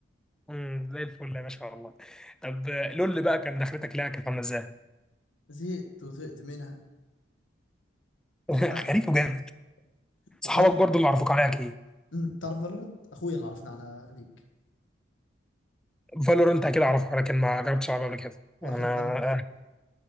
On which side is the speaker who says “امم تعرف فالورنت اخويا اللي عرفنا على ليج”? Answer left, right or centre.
Left